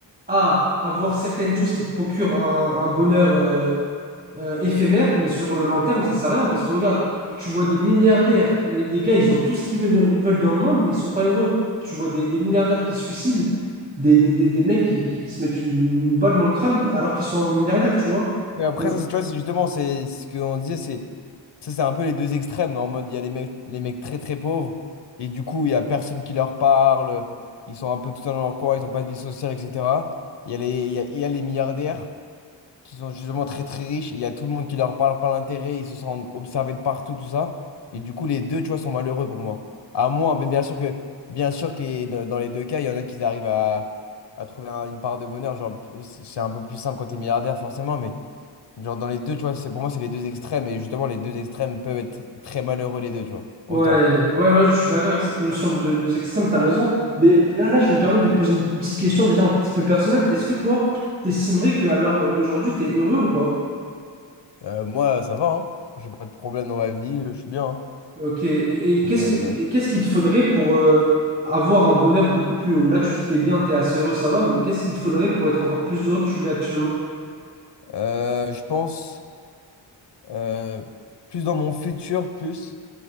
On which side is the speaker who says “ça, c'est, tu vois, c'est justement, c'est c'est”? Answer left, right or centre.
Left